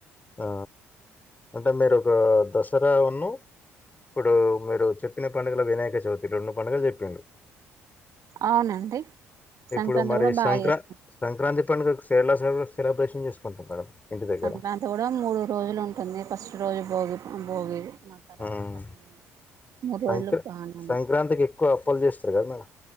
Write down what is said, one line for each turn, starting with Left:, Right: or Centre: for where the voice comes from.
Left: ఆ అంటే మీరు ఒక దసరా ఉన్న ఇప్పుడు మీరు చెప్పిన పండుగల వినాయక చవితి రండు పండుగలు చేపిరు
Right: అవునండి
Left: ఇప్పుడు
Right: సంక్రాంతి
Left: మరి
Right: కూడా బాగా
Left: సంక్రా
Right: చేస్తాం
Left: సంక్రాంతి మొత్తం కేరళ సైడ్ సెలబ్రేషన్ చేసుకుంటాం మేడం ఇంటి దగ్గర
Right: సంక్రాంతి కూడ ముడు రోజులు ఉంటుంది ఫస్ట్ రోజు భోగి భోగి మకర
Left: హమ్
Right: కనుమ మూడు
Left: సంక్రా
Right: రోజులు బాగానే
Left: సంక్రాంతికి ఎక్కువ అప్పలు చేస్తరు కద మేడం